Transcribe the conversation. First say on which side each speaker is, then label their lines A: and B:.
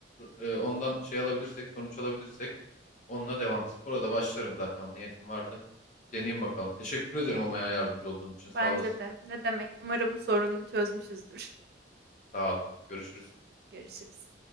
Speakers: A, on the left (about 40°); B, on the right (about 55°).
A: Ee, ondan şey alabilirsek, sonuç alabilirsek onunla devam. Spora da başlarım zaten. Niyetim vardı. Deneyeyim bakalım. Teşekkür ederim ama ya yardımcı olduğun için. Sağ
B: Bence
A: olasın.
B: de. Ne demek? Umarım sorunu çözmüşüzdür.
A: Sağ ol. Görüşürüz.
B: Görüşürüz.